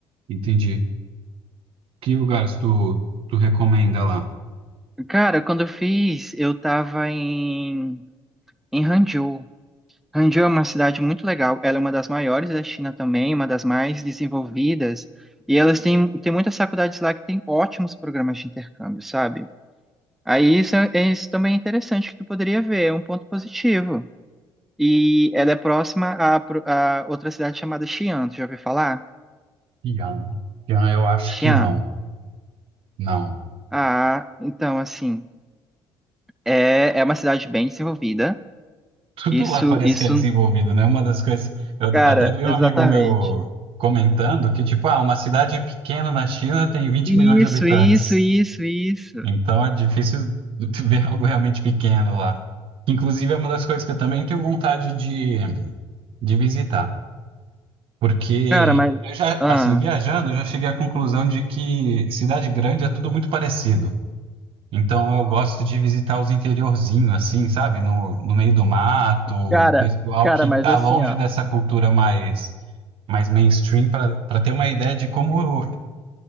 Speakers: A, on the right; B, in the centre.
A: entendi. Que lugares tu, tu recomenda lá?
B: Cara, quando eu fiz, eu tava em em Hangzhou. Hangzhou é uma cidade muito legal. Ela é uma das maiores da China também, uma das mais desenvolvidas. E elas têm, têm muitas faculdades lá que têm ótimos programas de intercâmbio, sabe? Aí isso, é, é isso também é interessante que tu poderia ver, é um ponto positivo. E ela é próxima a, pro- a outra cidade chamada Xi'an. Tu já ouviu falar?
A: Yang. Yang, eu acho
B: Xi'an.
A: que não. Não.
B: Ah, então, assim, é, é uma cidade bem desenvolvida.
A: Tudo
B: Isso,
A: lá parece
B: isso,
A: que é desenvolvido, né? Uma das coisas. Eu
B: cara,
A: até vi um
B: exatamente.
A: amigo meu comentando que, tipo, ah, uma cidade pequena na China tem vinte
B: Isso,
A: milhões de habitantes.
B: isso, isso, isso.
A: Então é difícil <laughs> ver algo realmente pequeno lá. Inclusive, é uma das coisas que eu também tenho vontade de, de visitar. Porque
B: Cara, mas.
A: eu já,
B: Ah.
A: assim, viajando, eu já cheguei à conclusão de que cidade grande é tudo muito parecido. Então eu gosto de visitar os interiorzinhos, assim, sabe? No, no meio do mato, o
B: Cara,
A: pessoal
B: cara,
A: que
B: mas
A: tá
B: assim,
A: longe
B: ó,
A: dessa cultura mais, mais mainstream, para ter uma ideia de como